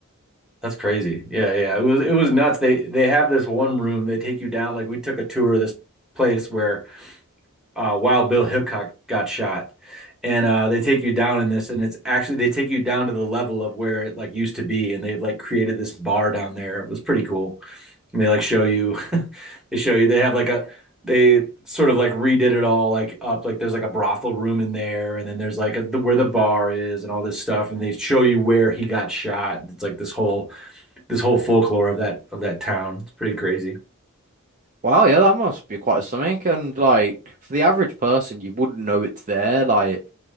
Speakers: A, in the centre; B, on the right.
A: That's crazy. Yeah, yeah. It was it was nuts. They they have this one room. They take you down. Like we took a tour of this place where uh, Wild Bill Hickok got shot, and uh, they take you down in this, and it's actually they take you down to the level of where it like used to be, and they've like created this bar down there. It was pretty cool. And they like show you, <laughs> they show you, they have like a, they sort of like redid it all like up. Like there's like a brothel room in there, and then there's like a, the, where the bar is and all this stuff. And they show you where he got shot. And it's like this whole, this whole folklore of that, of that town. It's pretty crazy.
B: Wow, yeah, that must be quite something. And like for the average person, you wouldn't know it's there. Like